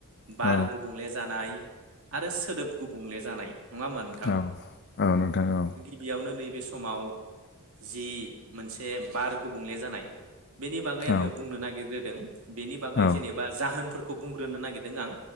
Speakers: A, on the right; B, on the left.
A: बार
B: औ
A: गुबुंले जानाय आरो सोदोब गुबुंले जानाय नङा होमबा नोंथां?
B: औ औ नोंथां औ।
A: बेयावनो नैबे समाव जि मोनसे बार गुबुंले जानाय बेनि बागै
B: औ
A: आङो बुंनो नागिरग्रोदों बेनि बागै
B: औ
A: जेनेबा जाहोनफोरखौ बुंग्रोनो नागिरदों आं